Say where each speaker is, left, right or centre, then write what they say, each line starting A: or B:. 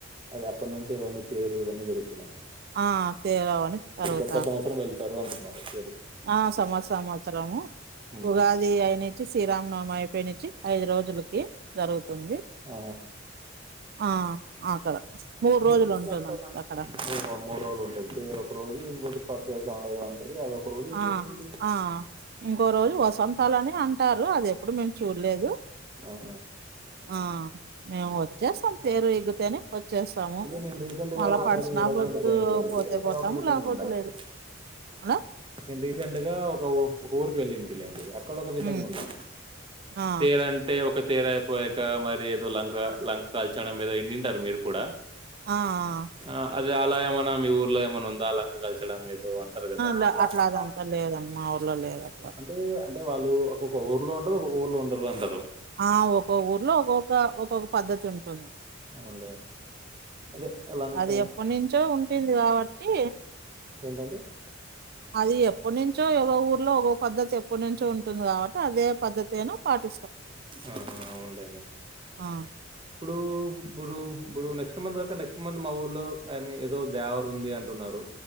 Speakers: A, on the right; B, on the right.
A: అదిఅప్పటి నుంచే ఇవన్నీ పేరు ఇవన్నీ జరుగుతున్నాయి.
B: ఆ పెరవ్వని జరుగుతాం.
A: ఒక్క సంవత్సరం వెళ్తారు అంటున్నారు తేరుకి
B: ఆ సంవత్స సంవత్సరము
A: ఉమ్.
B: ఉగాది అయ్యినించి శ్రీరామనవమి అయిపో. అయిపోయిన నుంచి ఐదు రోజులకి జరుగుతుంది.
A: ఆ
B: ఆ. అక్కడ
A: మూడు రోజులు
B: ఉంటున్నాం
A: ఉంటది మరి.
B: అక్కడ
A: ఆ మూడు రోజులు ఉంటది పేరు ఒక రోజు ఇంకోటి. ప్రత్యేక సమయం. ఒకరోజు
B: ఆ
A: పడుతది.
B: ఆ ఇంకో రోజు వసంతలని అంటారు అది ఎప్పుడు మేం చూడలేదు.
A: ఆహా.
B: ఆ మేము వచ్చేసాం పేరు. తగ్గితేనే వచ్చేసాము
A: ఇది నేను రీసెంట్
B: మళ్ళ
A: గా ఒకసారి
B: పడిసినా
A: ఊరవకానికి
B: పద్దు
A: పోయింది
B: పోతే
A: అక్కడ
B: పోతాము
A: ఒక విధంగా
B: లేకపోతేలేదు.
A: ఉండాలి
B: ఆ
A: నేను రీసెంట్ గా ఒక ఒక ఊరికి వెళ్ళింటిలెండి. అక్కడ ఒక విధంగా
B: ఉమ్
A: కూడా
B: ఆ
A: పేరు అంటే ఒక. తేరయిపోయాక మరి ఏదో లంక లంక కాల్చడం ఏదో ఇనిఉంటారు మీరు కూడా.
B: ఆ ఆ అ
A: ఆ అది అలా ఏమన్నా మీ ఊర్లో ఏమన్నా ఉందా లంక కల్చడం ఏ ఎదో అంటారు కదా ఆ
B: లే
A: ఉందా అట్లా
B: అదంతా లేదండి మా ఊర్లో లేదు అట్లా
A: అంతే ఇగ అంటే వాళ్ళు ఒక్కక్క ఊర్లో ఉంటారు ఒక్క ఊల్లో ఉండరు అంటరు.
B: ఆ ఒక్కొ ఊర్లో ఒక్కొక్క ఒక్కొక్క పద్ధతి ఉంటుంది.
A: అవున్లే
B: ఉమ్.
A: అదే లంక
B: అది ఎప్పటి నుంచో ఉంటుంది కాబట్టి
A: ఏంటండి <inaudible>
B: అది ఎప్పటినుంచో ఏదో ఊర్లో ఒకో పద్దతి ఎప్పటినుంచో ఉంటుంది కాబట్టి అదే పద్దతినో పాటి
A: ఆహా ఉన్నాయండి
B: ఆ
A: ఇప్పుడు ఇప్పుడు ఇప్పుడు నెక్స్ట్ మంత్ దాక నెక్స్ట్ మంత్ మా ఊర్లో ఐ మీన్ ఏదో దేవర్ ఉంది అంటున్నారు.